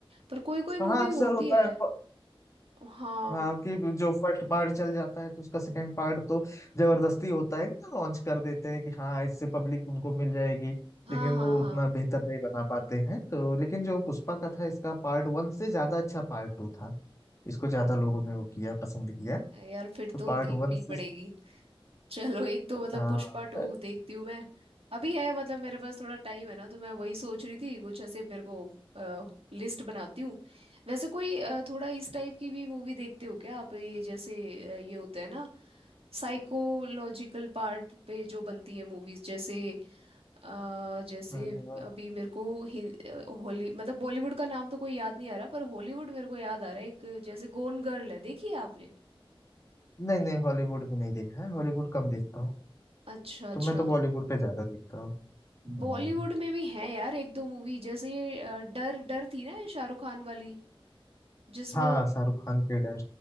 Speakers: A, on the right; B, on the left.
A: पर कोई कोई
B: हाँ,
A: मूवी
B: अक्सर
A: होती
B: होता
A: है
B: है
A: हाँ
B: हाँ कि जो फर्स्ट पार्ट चल जाता है तो उसका सेकंड पार्ट तो जबरदस्ती होता है कि ना लॉन्च कर देते हैं कि हाँ इससे पब्लिक उनको मिल जाएगी
A: हाँ
B: लेकिन
A: हाँ
B: वो
A: हाँ
B: उतना बेहतर नहीं बना पाते हैं तो लेकिन जो पुष्पा का था इसका पार्ट वन से ज्यादा अच्छा पार्ट टू था इसको ज्यादा लोगों ने वो किया पसंद किया
A: यार फिर
B: तो
A: तो
B: पार्ट
A: देखनी
B: वन से
A: पड़ेगी चलो एक तो मतलब
B: हाँ
A: पुष्पा टू
B: हाँ,
A: देखती हूँ मैं अभी है मतलब मेरे पास थोड़ा टाइम है ना तो मैं वही सोच रही थी कुछ ऐसे मेरे को लिस्ट बनाती हूँ वैसे कोई अ, थोड़ा इस टाइप की भी मूवी देखते हो क्या आप ये जैसे अ, ये होता है ना साइकोलॉजिकल पार्ट पे जो बनती है मूवीज जैसे अ, जैसे
B: हाँ,
A: अभी मेरे को हॉली मतलब बॉलीवुड का नाम तो कोई याद नहीं आ रहा पर हॉलीवुड मेरे को याद आ रहा है एक जैसे गोन गर्ल है देखी है आपने
B: नहीं नहीं हॉलीवुड भी नहीं देखा है हॉलीवुड कम देखता हूँ
A: अच्छा अच्छा
B: तो मैं तो बॉलीवुड पे ज्यादा देखता हूँ हम्म,
A: बॉलीवुड में भी है यार एक दो मूवी जैसे ये अ, डर डर थी ना ये शाहरुख खान वाली जिसमें
B: हाँ
A: वो
B: शाहरुख खान के डर